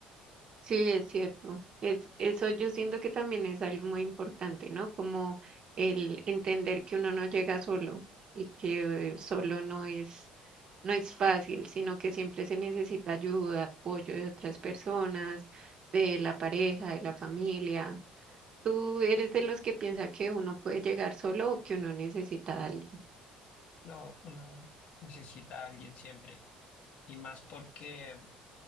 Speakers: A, on the right; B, on the left.
A: Sí, es cierto. Es, eso yo siento que también es algo muy importante, ¿no? Como el entender que uno no llega solo y que eh, solo no es, no es fácil, sino que siempre se necesita ayuda, apoyo de otras personas, de la pareja, de la familia. ¿Tú eres de los que piensa que uno puede llegar solo o que uno necesita a alguien?
B: No, uno necesita a alguien siempre. Y más porque